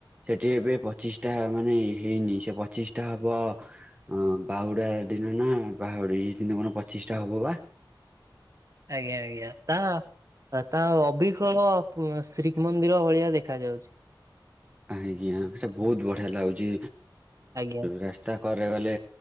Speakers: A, on the right; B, on the right.
A: ସେଠି ଏବେ ପ୍ରଚିଷ୍ଟା ମାନେ ହେଇନି ସେ ପ୍ରଚିଷ୍ଟା ଟ ହବ ଅ ବାହୁଡ଼ା ଦିନ ନା ବାହୁଡ଼ି ଯାଇଛନ୍ତି କଣ ପତିଷ୍ଠା ହବପା
B: ଆଜ୍ଞା, ଆଜ୍ଞା ତା, ତା ଅବିକଳ ଶ୍ରୀମନ୍ଦିର ଭଳିଆ ଦେଖା ଯାଉଛି।
A: ଆଜ୍ଞା ସେଟା ବହୁତ ବଢିଆ ଲାଗୁଛି
B: ଆଜ୍ଞା
A: ରାସ୍ତା। ଥରେ ଗଲେ